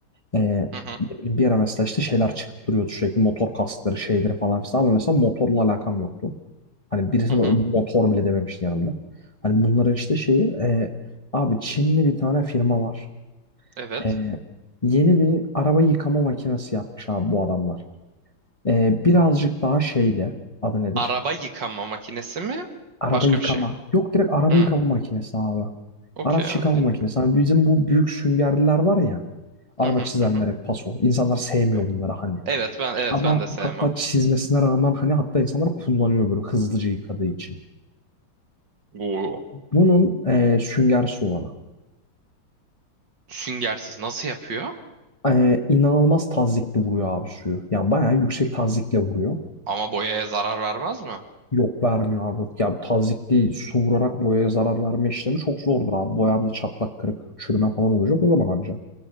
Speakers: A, on the left; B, on the right.
A: E,
B: hı hı,
A: ne bileyim bir ara mesela işte şeyler çıkıp duruyordu sürekli motor kaskları şeyleri falan filan ama mesela motorla alakam yoktu. Hani birisi
B: hı hı.
A: de motor bile dememişti yanımda. Hani bunların işte şeyi e, abi Çinli bir tane firma var.
B: Evet.
A: Ee, yeni bir araba yıkama makinesi yapmış abi bu adamlar. Ee, birazcık daha şeyle adı nedir?
B: Araba yıkama makinesi mi?
A: Araba
B: Başka
A: yıkama.
B: bir şey mi?
A: Yok direkt araba
B: Hı.
A: yıkama makinesi abi.
B: Okey
A: Araç
B: abi
A: yıkama
B: dinliyorum.
A: makinesi. Abi bizim bu büyük süngerliler var ya. Araba
B: Hı hı,
A: çizenlere
B: hı hı.
A: paso. İnsanlar sevmiyor
B: Evet
A: bunları hani.
B: Evet, ben evet
A: Ama
B: ben de sevmem.
A: hatta çizmesine rağmen hani hatta insanlar kullanıyor böyle hızlıca yıkadığı için.
B: Oo.
A: Bunun e, süngersiz olanı.
B: Süngersiz nasıl yapıyor?
A: E, inanılmaz tazyikli vuruyor abi suyu. Yani bayağı yüksek tazyikle vuruyor.
B: Ama boyaya zarar vermez mi?
A: Yok vermiyor abi. Ya tazyikli su vurarak boyaya zarar verme işlemi çok zordur abi. Boyamda çatlak kırık çürüme falan olacak o zaman anca.